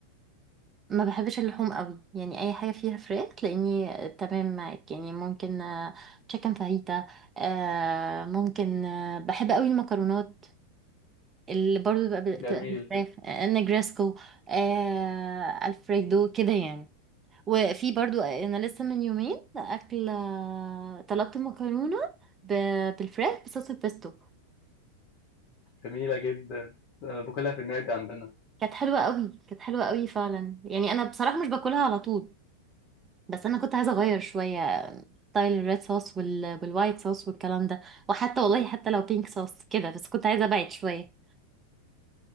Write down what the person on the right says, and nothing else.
ما بحبش اللحوم قوي يعني اي حاجه فيها فراخ تلاقيني تمام معاك يعني ممكن تشيكن فاهيتا آه ممكن آه، بحب قوي المكرونات اللي برضو بتبقى بتبقى
بالفراخ آه، النجرسكو آه الفريدو كده يعني وفي برضو انا لسه من يومين اكل طلبت مكرونه ب- بالفراخ بصوص البيستو
كانت حلوه قوي كانت حلوه قوي فعلا يعني انا بصراحه مش باكلها على طول بس انا كنت عايزه اغير شويه ستايل الريد صوص وال... والوايت صوص والكلام ده وحتى والله حتى لو بينك صوص كده بس كنت عايزه ابعد شويه